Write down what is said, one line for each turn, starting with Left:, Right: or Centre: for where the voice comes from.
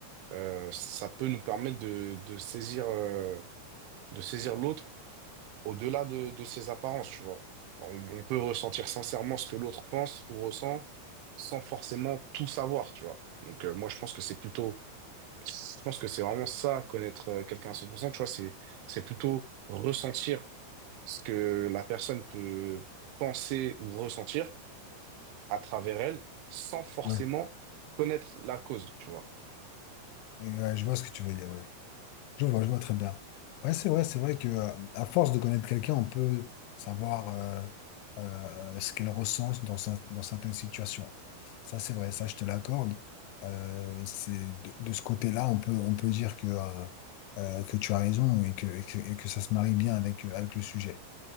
Right: euh, ça peut nous permettre de de saisir euh, de saisir l'autre au-delà de de ses apparences tu vois on, on peut ressentir sincèrement ce que l'autre pense ou ressent sans forcément tout savoir tu vois donc euh, moi je pense que c'est plutôt je pense que c'est vraiment ça, connaître euh, quelqu'un à 100%. tu vois, c'est, c'est plutôt ressentir ce que la personne peut penser ou ressentir à travers elle, sans forcément
Left: Mhm.
Right: connaître la cause, tu vois.
Left: Ouais, je vois ce que tu veux dire, oui. Je vois, je vois très bien. Ouais, c'est vrai, c'est vrai que euh, à force de connaître quelqu'un, on peut savoir euh, euh, ce qu'elle ressent dans, cer- dans certaines situations. Ça, c'est vrai, ça, je te l'accorde. Euh, c'est de, de ce côté-là, on peut, on peut dire que, euh, euh, que tu as raison et que, et que, et que ça se marie bien avec, avec le sujet.